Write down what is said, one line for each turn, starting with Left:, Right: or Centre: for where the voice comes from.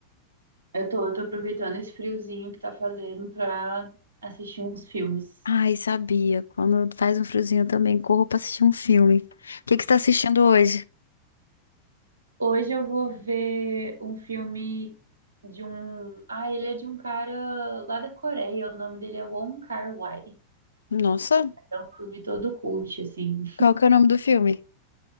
Right: Eu tô, eu tô aproveitando esse friozinho que tá fazendo pra assistir uns filmes.
Left: Ai, sabia. Quando faz um friozinho eu também corro pra assistir um filme. O que que você tá assistindo hoje?
Right: Hoje eu vou ver um filme de um. Ah, ele é de um cara lá da Coreia. O nome dele é Wong Kar-wai.
Left: Nossa,
Right: É um filme todo cult, assim.
Left: qual que é o nome do filme?